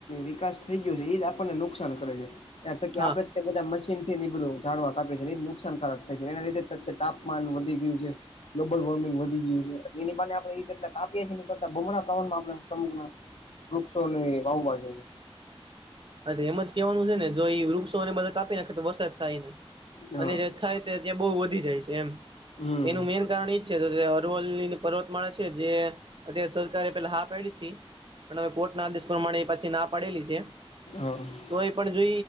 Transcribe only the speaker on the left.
વિકાસ થઈ ગયો છે એ જ આપણે આપણને નુકસાન કરે છે એયાં થકી
આપણે. બધા મશીન થી એ બધું જાડવા કપે છે એ નુકસાનકારક થાય છે એના લીધત્ય તાપમાન વધી ગયું છે. ગ્લોબલ વોર્મિંગ ગયું એ એની આપણે જેલા કાપી એ કરતા ભમ પ્રમાણમાં આપણે સમુ વૃક્ષો ને ભાવભાજી.
હા
હમ
હા.